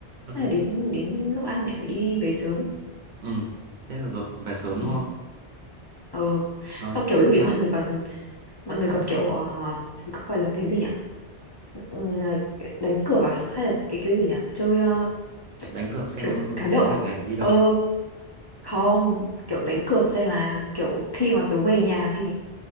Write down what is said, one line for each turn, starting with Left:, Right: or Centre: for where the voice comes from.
Right: ok,
Left: Thế là đến đến lúc ăn lại phải đi về sớm
Right: ừ, thế là rồi về sớm
Left: Ừ.
Right: đúng không?
Left: ờ
Right: Rồi,
Left: sau kiểu
Right: tiếp
Left: lúc
Right: theo,
Left: ý mọi người còn mọi người còn kiểu ờ, gọi là cái gì nhỉ Ừm, đánh cược à hay là cái cái gì nhỉ chơi ờ,
Right: đánh cược xem
Left: kiểu cá độ
Right: đứa này
Left: à?
Right: về đi đâu.
Left: ờ không kiểu đánh cược xem là kiểu khi mà tớ về nhà thì